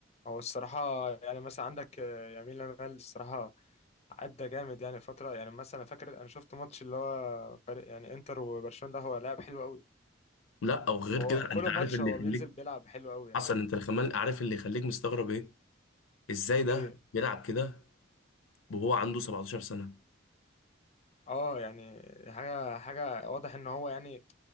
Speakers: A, on the left; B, on the left.
A: هو الصراحة يعني مثلا عندك آه، يمين لامال الصراحة أدى جامد يعني فترة يعني مثلا فاكر أنا شفت ماتش اللي هو فريق يعني إنتر وبرشلونة ده هو لاعب حلو أوي
B: لا او غير
A: وهو
B: كده
A: كل
B: انت
A: ماتش
B: عارف اللي
A: هو
B: يخليك
A: بينزل بيلعب حلو أوي يعني
B: حصل
A: فاهم
B: انت الخمال عارف اللي يخليك مستغرب ايه ازاي ده
A: إيه
B: بيلعب كده وهو عنده 17 سنة
A: أه يعني حاجة حاجة واضح إن هو يعني